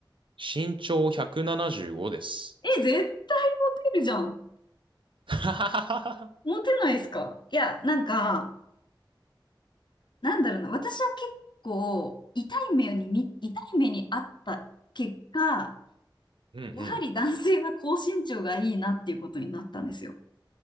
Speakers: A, on the right; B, on the left.
A: 身長175です。
B: え、絶対モテるじゃん。
A: <laughs>
B: モテないですかいや、なんか、なんだろうな、私は結構痛い目に見、痛い目にあった結果、
A: うんうん。
B: やはり男性は高身長がいいなっていうことになったんですよ。